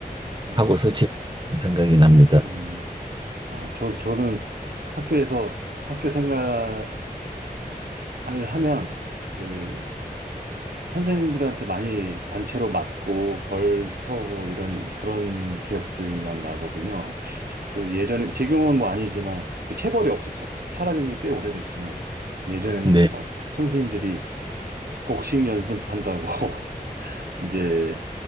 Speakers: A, on the right; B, on the right.
A: 예.
B: 연습하고서 지냈 생각이
A: 음,
B: 납니다.
A: 음. 아, 저, 저는 학교에서 학교 생각을 하면, 그 선생님들한테 많이 단체로 맞고 벌 서고 이런 그런 기억들만 나거든요. 그 예전에 지금은 뭐 아니지만 그 체벌이 없 사, 사라진 지 꽤 오래됐지만 예전에는
B: 네.
A: 막 선생님들이 복싱 연습한다고 <laughs> 이제